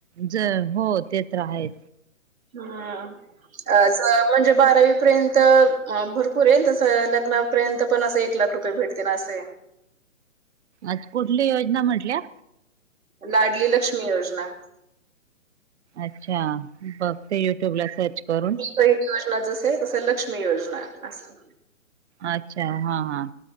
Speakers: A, on the right (about 55°); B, on the right (about 85°).
A: जर हो ते तर आहे
B: हम्म अ ज म्हणजे बारावीपर्यंत भरपूरये तसं लग्नापर्यंत पण असं एक एक लाख रुपये भेटतीन असंय
A: अच्छ कुठली योजना म्हंटल्या
B: लाडली लक्ष्मी योजना
A: अच्छा बघते युट्यूबला सर्च करून
B: बहिण योजना जसंय तसं लक्ष्मी योजना असं
A: अच्छा हा हा